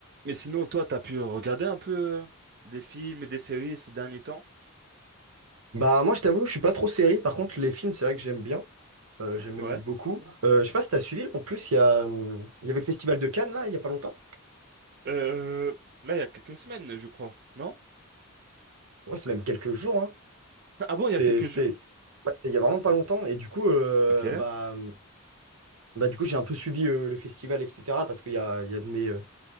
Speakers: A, on the right; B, on the right.
A: Mais sinon, toi, t'as pu regarder un peu euh, des films et des séries ces derniers temps?
B: Bah moi je t'avoue, je suis pas trop série. Par contre, les films, c'est vrai que j'aime bien. Euh, j'aime même
A: Ouais.
B: beaucoup. Euh, je sais pas si t'as suivi. En plus, il y a, hum, il y avait le festival de Cannes là, il y a pas longtemps.
A: Euh, là, il y a quelques semaines, je crois. Non?
B: Ouais, c'est même quelques jours. hein.
A: Ah bon,
B: C'est-
A: il y a quelques
B: C'était,
A: jours?
B: ouais, c'était il y a vraiment pas longtemps. Et du coup, euh,
A: Ok.
B: bah, hum, bah du coup, j'ai un peu suivi euh, le festival, etc. Parce qu'il y a, il y a de mes, euh,